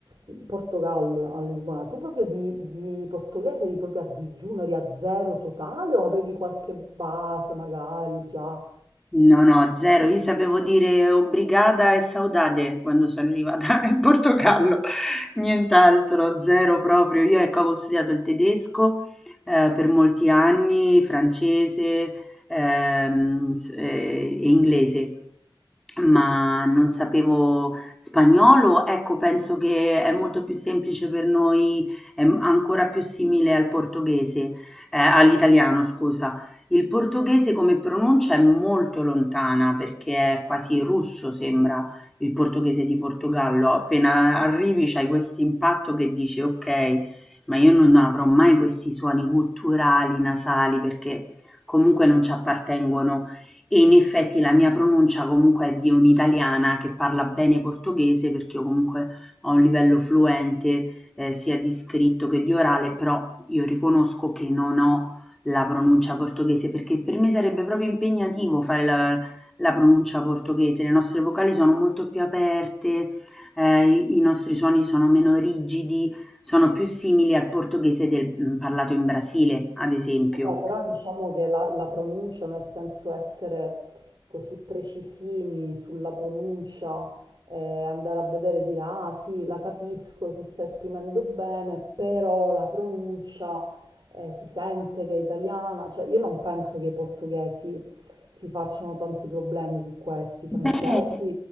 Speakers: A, on the right (about 55°); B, in the centre.
A: in Portogallo, a Lisbona, tu proprio di, di portoghese eri proprio a digiuno, eri a zero totale o avevi qualche base magari già?
B: No, no, zero. Io sapevo dire obrigada e saudade quando sono arrivata <laughs> in Portogallo, nient'altro, zero proprio. Io ecco, avevo studiato il tedesco eh, per molti anni, francese ehm, s- eh, e inglese, ma non sapevo spagnolo. Ecco, penso che è molto più semplice per noi, è m- ancora più simile al portoghese, eh, all'italiano, scusa il portoghese come pronuncia è molto lontana perché è quasi russo, sembra il portoghese di Portogallo. Appena arrivi c'hai questo impatto che dici: Ok, ma io non avrò mai questi suoni gutturali, nasali, perché comunque non ci appartengono. E in effetti la mia pronuncia comunque è di un'italiana che parla bene portoghese perché io comunque ho un livello fluente eh, sia di scritto che di orale, però io riconosco che non ho la pronuncia portoghese, perché per me sarebbe proprio impegnativo fare la, la pronuncia portoghese. Le nostre vocali sono molto più aperte, eh, i, i nostri suoni sono meno rigidi, sono più simili al portoghese del, mm, parlato in Brasile, ad esempio.
A: Vabbè, però diciamo che la, la pronuncia, nel senso essere così precisini sulla pronuncia, eh, andare a vedere e dire ah sì, la capisco, si sta esprimendo bene, però la pronuncia eh, si sente che è italiana. Cioè, io non penso che i portoghesi si facciano tanti problemi su questo. I francesi,
B: Beh,